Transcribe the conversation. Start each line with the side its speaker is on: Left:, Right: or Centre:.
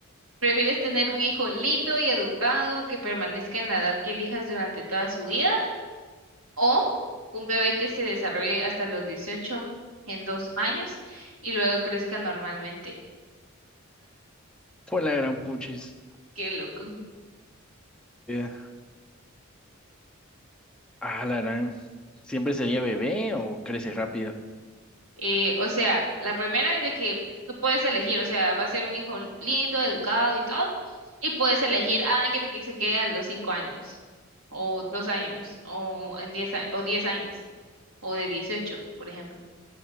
Right: ¿Prefieres tener un hijo lindo y educado que permanezca en la edad que elijas durante toda su vida? o un bebé que se desarrolle hasta los 18 en dos años y luego crezca normalmente.
Centre: Pues la gran puchis.
Right: Qué loco.
Centre: Eh, Ah, la gran. ¿Siempre sería bebé o crece rápido?
Right: Eh, o sea, la primera es de que tú puedes elegir, o sea, va a ser un hijo lindo, educado y todo, y puedes elegir, ah, quiero que se quede a los cinco años, o dos años, o en diez, a- o diez años, o de 18 por ejemplo.